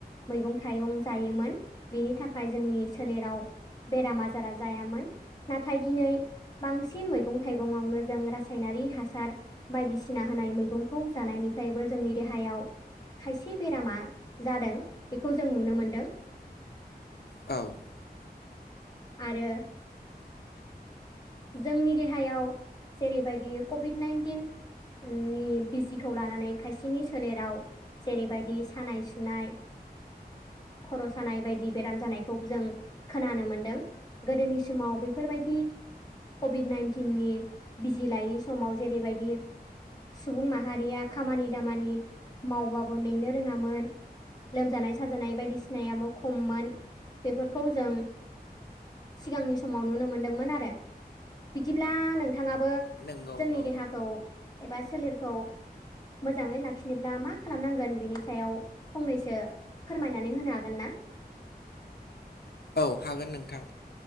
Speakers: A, on the left (about 25°); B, on the left (about 75°).
A: मैगं थाइगं जायोमोन बेनि थाखाय जोंनि सोलेराव बेरामा ज बारा जायामोन नाथाय दिनै बांसिन मैगं थाइगंावनो जों रासायनारि हासार बायदिसिना होनाय मैगंखौ जानायनिफ्रायबो जोंनि देहायाव खायसे बेरामा जादों बेखौ जों नुनो मोनदों
B: औ
A: आरो जोंनि देहायाव जेरैबायदि कभिड नाइन्टिन नि बिजिखौ लानानै खायसेनि सोलेराव जेरैबायदि सानाय सुनाय खर' सानाय बायदि बेराम जानायखौ जों खोनानो मोनदों गोदोनि समाव बेफोरबायदि कभिड नाइन्टिननि बिजि लायि समाव जेरैबायदि सुबुं माहारिया खामानि दामानि मावबाबो मेंनो रोङामोन। लोमजानाय साजानाय बायदिसिनायाबो खममोन बेफोरखौ जों सिगांनि समाव नुनो मोनदोंमोन आरो। बिदिब्ला नोंथाङाबो
B: नंगौ
A: जोंनि
B: औ
A: देहाखौ एबा सोलेरखौ मोजाङै लाखिनोब्ला मा खालामनांगोन बेनि सायाव फंनैसो फोरमायनानै होनो हागोन ना
B: औ हागोन नोंथां